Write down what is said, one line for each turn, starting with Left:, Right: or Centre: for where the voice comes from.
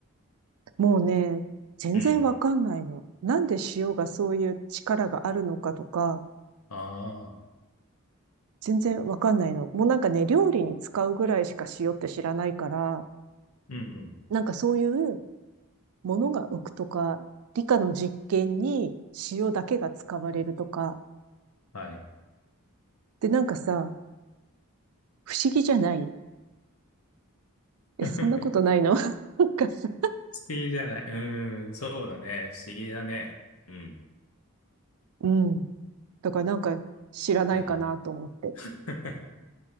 Right: もうね、全然わかんないの。
Left: うん。
Right: なんで塩がそういう力があるのかとか、
Left: ああ、
Right: 全然わかんないの。もうなんかね、料理に使うぐらいしか塩って知らないから、
Left: うんうん。
Right: なんかそういうものが浮くとか、理科の実験に塩だけが使われるとか、
Left: はい。
Right: でなんかさ、不思議じゃないえ、
Left: <laughs>
Right: そんなことないの <laughs> なんかさ、
Left: 不思議じゃない。うーん。そうだね。不思議だね。うん。
Right: うん。だからなんか知らないかなと思って。
Left: うん。<laughs>